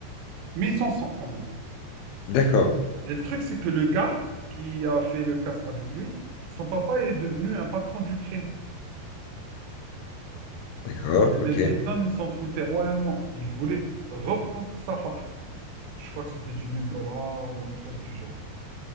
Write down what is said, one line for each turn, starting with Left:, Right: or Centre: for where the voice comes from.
Right: Mais il s'en sort quand même.
Left: d'accord.
Right: Et le truc, c'est que le gars qui a fait le casse avec lui, son papa est devenu un patron du crime.
Left: D'accord,
Right: Et Mel
Left: ok.
Right: Gibson, il s'en foutait royalement. Il voulait reprendre sa part. Je crois que c'était dix mille dollars ou un truc du genre.